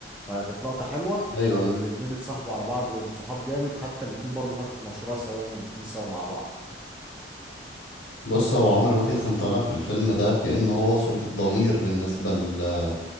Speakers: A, in the centre; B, on the left.
A: فكانت لقطه حلوه
B: ايوه ايوه
A: والاتنين اتصاحبوا على بعض بقوا صحاب جامد حتى الاتنين برضو فتحوا مشروع سوا يعني الاتنين سوا مع بعض
B: بص هو عمرو واكد كان طالع في الفيلم ده كأنه هو صوت الضمير بالنسبة ل-